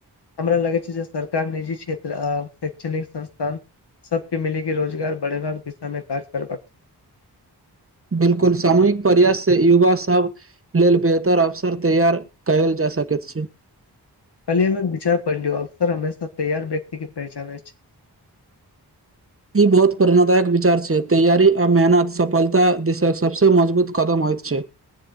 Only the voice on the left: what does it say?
हमरा लागै छै जे, सरकार निजी क्षेत्र आ शैक्षणिक संस्थान सबके मिलि के रोजगार बढ़ेबाक दिशा में काज करबाक चाहि।
खाली अय मे विचार पढ़लियौ, अवसर हमेशा तैयार व्यक्ति के पहचाने छै।